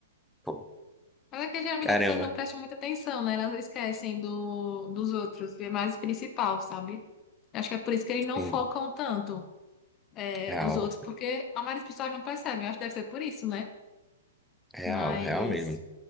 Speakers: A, in the centre; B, on the left (about 30°).
A: Pô,
B: Mas é que geralmente
A: caramba.
B: as pessoas não prestam muita atenção, né? Elas esquecem do, dos outros, é mais o principal, sabe? Acho que é por isso que eles não
A: Sim,
B: focam tanto, é,
A: real,
B: nos outros, porque a maioria das pessoas não percebem. Eu acho que deve ser por isso, né?
A: real,
B: Mas.
A: real mesmo.